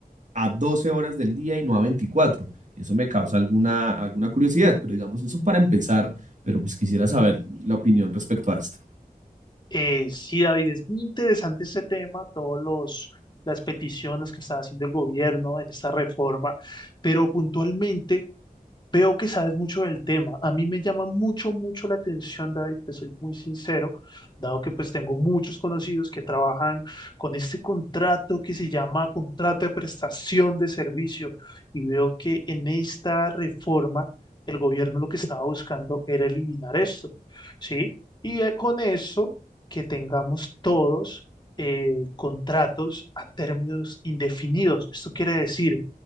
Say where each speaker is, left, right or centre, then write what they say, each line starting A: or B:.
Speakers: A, on the right; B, on the left.
A: a 12 horas del día y no a 24. Eso me causa alguna, alguna curiosidad, pero digamos eso para empezar, pero pues quisiera saber la opinión respecto a esto.
B: Eh, sí, David, es muy interesante este tema, todos los las peticiones que está haciendo el gobierno en esta reforma, pero puntualmente Veo que sabes mucho del tema. A mí me llama mucho, mucho la atención, David, te soy muy sincero, dado que pues tengo muchos conocidos que trabajan con este contrato que se llama contrato de prestación de servicio y veo que en esta reforma el gobierno lo que estaba buscando era eliminar esto, ¿sí? Y eh, con eso que tengamos todos eh, contratos a términos indefinidos. Esto quiere decir